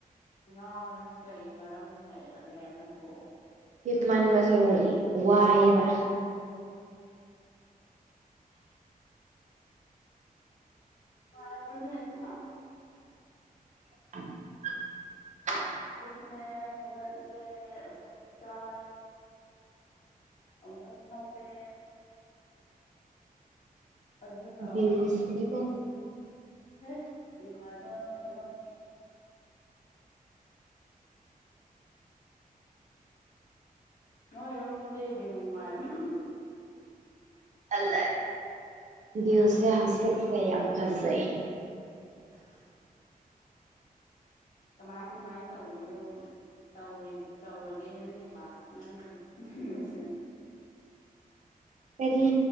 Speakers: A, on the left; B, on the right.
A: ꯉꯥꯡꯔꯗꯤ ꯀꯩ ꯃꯔꯝ ꯂꯩꯔꯒꯦ ꯅꯪꯕꯨ
B: ꯍꯤꯞꯃꯟꯕꯁꯦ ꯋꯥꯏꯑꯦꯕꯥ
A: ꯉꯥꯏꯕꯅꯦ ꯑꯗꯨꯅ
B: <inaudible>
A: ꯇꯨꯝꯃꯦ ꯍꯧꯒꯠꯂꯦ ꯑꯃꯨꯛ ꯆꯥꯔꯦ ꯑꯃꯨꯛ ꯐꯝꯃꯦ ꯑꯗꯨꯅ
B: ꯕꯤꯜꯁꯤꯗꯤ ꯀꯣ
A: ꯍꯦꯛ ꯅꯨꯡꯉꯥꯏꯕ ꯊꯕꯛꯅꯤ ꯅꯣꯏ ꯔꯣꯝꯗꯗꯤ ꯚꯤꯜ ꯅꯨꯡꯉꯥꯏꯕ꯭ꯔꯣ
B: ꯇꯠꯂꯩ ꯚꯤꯜꯁꯦ ꯍꯧꯖꯤꯛꯁꯦ ꯌꯥꯝ ꯐꯖꯩ
A: <inaudible> ꯀꯃꯥꯏ ꯀꯃꯥꯏ ꯇꯧꯔꯤꯌꯣꯅ ꯇꯧꯔꯤ ꯇꯧꯔꯒꯦ ꯅꯪꯒꯤ ꯕꯥ ꯅꯪꯒꯤ ꯀꯩꯅꯣꯁꯦ
B: ꯀꯔꯤ